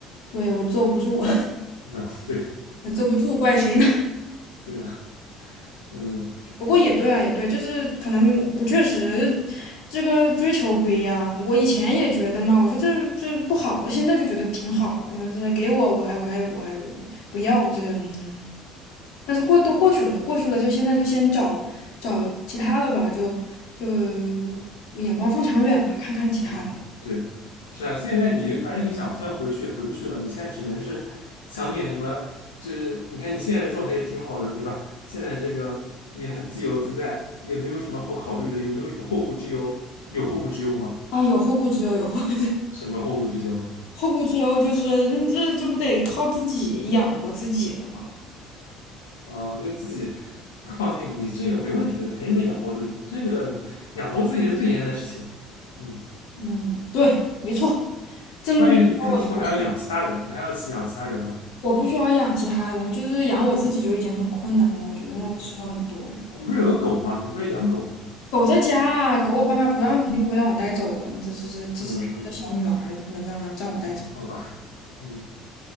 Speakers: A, on the left; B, on the left.
A: 对，我坐不住，
B: 嗯，对
A: <laughs> 坐不住怪谁呢？
B: 对啊，嗯
A: 不过也对了，也对，就是可能你确实这个追求不一样。我以前也觉得嘛，我说这这不好，现在就觉得挺好。嗯，这给我我还我还我还不要这个，嗯，但是过都过去了，过去了就现在就先找找其他的吧，就就眼光放长远吧，看看其他的吧。
B: 嗯，对，是啊。现在你反正你想现在回去也回不去了，你现在只能是想点什么，就是你看你现在的状态也挺好的，对吧？现在这个也很自由自在，也没有什么好考虑的，也没有什么后顾之忧。有后顾之忧吗？
A: 啊，有后顾之忧，有后 <laughs>
B: 什么后顾之忧呢？
A: 后顾之忧就是那这这不得靠自己养活自己了吗？
B: 啊，就自己啊，放心，你这个没问题的，肯定能养活自己。这个养活自己是最严的事情，嗯，
A: 嗯，对，没错，这么一说我就
B: 关键是你可是不是还要养其他人？你还要去养其他人吗？
A: 我不需要养其他的，就是养我自己就已经很困难了。我觉得因为我吃的很多，
B: 嗯嗯，你不是有个狗吗？你不是养狗吗？
A: 狗在家啊，狗我爸妈不让，
B: 嗯
A: 肯定不会让我带走的。这这是这是他们的小女儿，
B: 嗯嗯
A: 就不能让她让我带走。
B: 嗯，好吧，嗯，